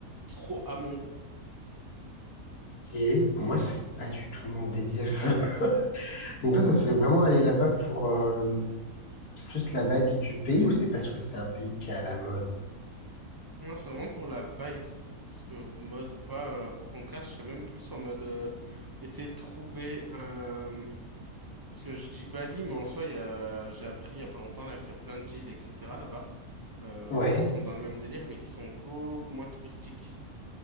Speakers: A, on the right; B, on the left.
A: trop à mon goût.
B: Et moi, c'est pas du tout mon délire. <laughs> Donc toi, ça serait vraiment aller là-bas pour euh, plus la vibe du pays ou c'est parce que c'est un pays qui est à la mode?
A: Non, c'est vraiment pour la vibes. Parce que mode ou pas, euh, au contraire, je serais même plus en mode euh, essayer de trouver un. Parce que je dis Bali, mais en soi, il y a... j'ai appris il y a pas longtemps là qu'il y a plein de îles, etc. là-bas, euh,
B: Ouais,
A: qui sont dans le même délire, mais qui sont beaucoup moins touristiques.